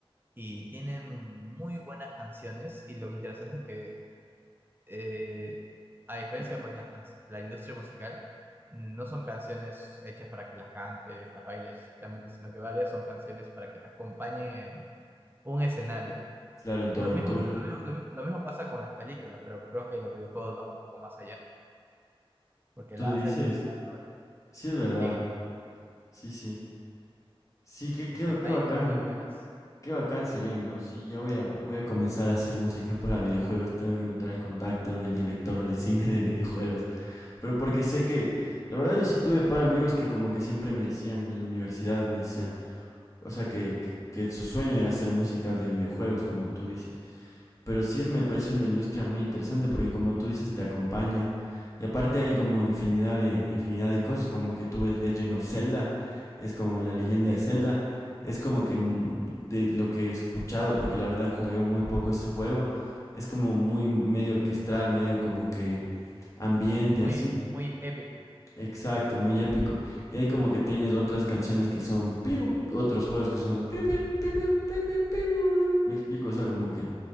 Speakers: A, on the right (about 20°); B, on the left (about 35°).
A: y tienen muy buenas canciones y lo interesante es que eh, a diferencia, pues, las can- la industria musical no son canciones hechas para que las cantes, las bailes, realmente, sino que varias son canciones para que te acompañen en un escenario.
B: Claro, en tu
A: Lo
B: aventura.
A: mismo, lo mismo, lo mi- lo mismo pasa con las películas, pero creo que los videojuegos van un poco más allá, porque
B: Tú
A: la
B: dices,
A: hacen pensando
B: sí es verdad.
A: en el...
B: Sí, sí. Sí, qué,
A: y
B: qué,
A: pucha,
B: qué
A: hay
B: bacán.
A: muy buenas,
B: Qué bacán sería, ¿no? Sí, ya voy a, voy a comenzar a hacer música para videojuegos. Tengo que encontrar el contacto del director de cine de videojuegos. Pero porque sé que, la verdad yo sí tuve para amigos que como que siempre me decían en la universidad, me decían, o sea, que, que, que su sueño era hacer música de videojuegos, como tú dices. pero sí es, me parece una industria muy interesante porque como tú dices te acompaña y aparte hay como infinidad de infinidad de cosas como que tú ves Legend of Zelda es como la leyenda
A: sí,
B: de Zelda es como que mm, de lo que he escuchado porque la verdad jugué muy poco este juego es como muy medio orquestral medio como que ambiente
A: sí, muy,
B: así
A: muy épico,
B: Exacto, muy épico. Y ahí como que tienes otras canciones que son piru, otros juegos que son piru, piru, piru, piru, piru. Me explico, o sea, como que